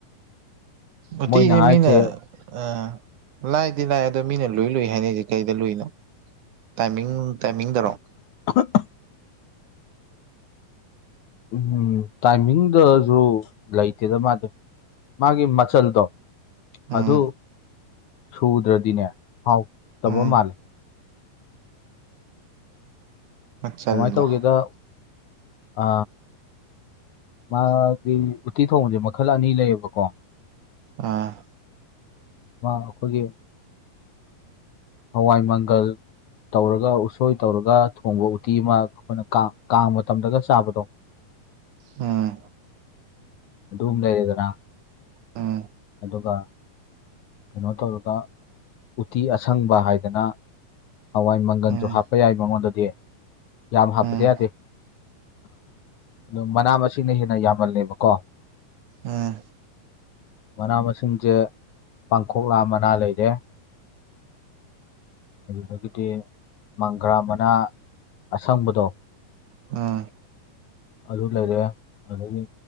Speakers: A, on the right; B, on the left.
A: ꯎꯇꯤꯖꯦ
B: ꯃꯣꯏꯅ ꯍꯥꯏꯁꯦ
A: ꯃꯤꯅ ꯑ ꯂꯥꯢꯗꯤ ꯂꯥꯢ ꯑꯗꯣ ꯃꯤꯅ ꯂꯨꯏ ꯂꯨꯏ ꯍꯥꯏꯅꯖꯦ ꯀꯩꯗ ꯂꯨꯏꯅꯣ꯫ ꯇꯥꯏꯃꯤꯡ ꯇꯥꯏꯃꯤꯡꯗꯔꯣ
B: <inaudible> ꯎꯝꯍꯝ ꯇꯥꯏꯃꯤꯡꯗꯖꯨ ꯂꯩꯇꯦꯗ ꯃꯥꯗꯤ ꯃꯥꯒꯤ ꯃꯆꯜꯗꯣ
A: ꯎꯝ
B: ꯑꯗꯨ ꯁꯨꯗ꯭ꯔꯗꯤꯅꯦ ꯍꯥꯎ ꯇꯕ
A: ꯎꯝ
B: ꯃꯥꯜꯂꯦ꯫
A: ꯃꯆꯜꯂꯣ
B: ꯀꯃꯥꯏꯅ ꯇꯧꯒꯦꯗ ꯑ ꯃꯥꯗꯤ ꯎꯇꯤ ꯊꯣꯡꯕꯖꯦ ꯃꯈꯜ ꯑꯅꯤ ꯂꯩꯌꯦꯕꯀꯣ꯫
A: ꯑꯥ
B: ꯃꯥ ꯑꯈꯣꯏꯒꯤ ꯍꯋꯥꯏ ꯃꯪꯒꯜ ꯇꯧꯔꯒ ꯎꯁꯣꯏ ꯇꯧꯔꯒ ꯊꯣꯡꯕ ꯎꯇꯤ ꯑꯃ ꯑꯈꯣꯏꯅ ꯀꯥꯡ-ꯀꯥꯡ ꯃꯇꯝꯗꯒ ꯆꯥꯕꯗꯣ
A: ꯎꯝ
B: ꯑꯗꯨꯝꯃ ꯂꯩꯔꯦꯗꯅ
A: ꯎꯝ
B: ꯑꯗꯨꯒ ꯀꯩꯅꯣ ꯇꯧꯔꯒ ꯎꯇꯤ ꯑꯁꯪꯕ ꯍꯥꯏꯗꯅ ꯍꯋꯥꯏ ꯃꯪꯒꯟꯖꯨ
A: ꯎꯝ
B: ꯍꯥꯞꯄ ꯌꯥꯏ ꯃꯉꯣꯟꯗꯗꯤ ꯌꯥꯝ ꯍꯥꯞꯄꯗꯤ
A: ꯎꯝ
B: ꯌꯥꯗꯦ꯫ ꯑꯗꯣ ꯃꯅꯥ ꯃꯁꯤꯡꯅ ꯍꯦꯟꯅ ꯌꯥꯝꯃꯜꯂꯦꯕꯀꯣ꯫
A: ꯎꯝ ꯎꯝ
B: ꯃꯅꯥ ꯃꯁꯤꯡꯖꯦ ꯄꯥꯡꯈꯣꯛꯂꯥ ꯃꯅꯥ ꯂꯩꯔꯦ꯫ ꯑꯗꯨꯗꯒꯤꯗꯤ ꯃꯪꯒ꯭ꯔꯥ ꯃꯅꯥ ꯑꯁꯪꯕꯗꯣ
A: ꯑ
B: ꯑꯗꯨ ꯂꯩꯔꯦ ꯑꯗꯒꯤ